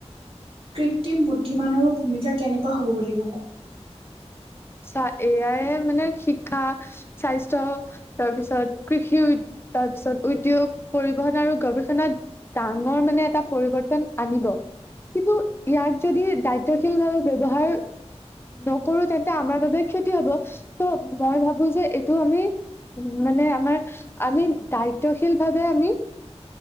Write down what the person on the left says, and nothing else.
চা, এ আই য়ে মানে শিক্ষা স্বাস্থ্য তাৰপিছত কৃষি তাৰপিছত উদ্যোগ পৰিবহন আৰু গৱেষণাত ডাঙৰ মানে এটা পৰিৱৰ্তন আনিব। কিন্তু ইয়াক যদি দায়িত্বশীল ভাৱে ব্যৱহাৰ নকৰো তেন্তে আমাৰ বাবে ক্ষতি হ'ব, ত' মই ভাবো যে এইটো আমি- উমঁ' মানে আমাৰ আমি দায়িত্বশীল ভাৱে আমি-